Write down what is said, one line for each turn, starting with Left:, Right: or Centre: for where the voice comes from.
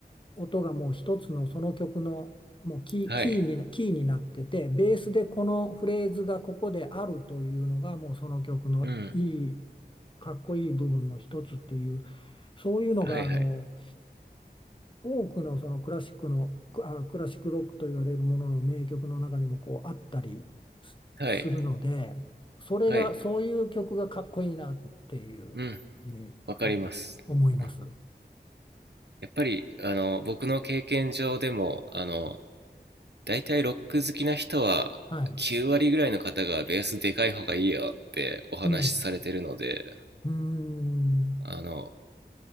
Left: 音がもう一つのその曲のもうキー、
Right: はい。
Left: キーに、キーになってて、ベースでこのフレーズがここであるというのがもうその曲のいい、
Right: うん。
Left: かっこいい部分の一つっていう、そういうのがあの
Right: はいはい。
Left: 多くのそのクラシックの、あクラシックロックと言われるものの名曲の中にもこうあったりすするので、
Right: はい。
Left: それが、
Right: はい。
Left: そういう曲がかっこいいなっていうふうにお
Right: うん。わかります。
Left: 思います。
Right: うん。やっぱり、あの、僕の経験上でも、あの、だいたいロック好きな人は、
Left: はい。
Right: 9割ぐらいの方がベースでかい方がいいよってお話しされてるので、
Left: うん。うーん。
Right: あの、